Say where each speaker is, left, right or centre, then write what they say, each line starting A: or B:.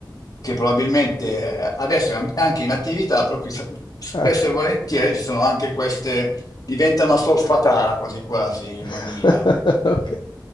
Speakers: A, on the left; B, on the left.
A: che probabilmente eh, adesso è an- è anche in attività, proprio se- spesso
B: Ah.
A: e volentieri ci sono anche queste... Diventa una solfatara quasi quasi
B: <laughs>
A: Manila.
B: Ok.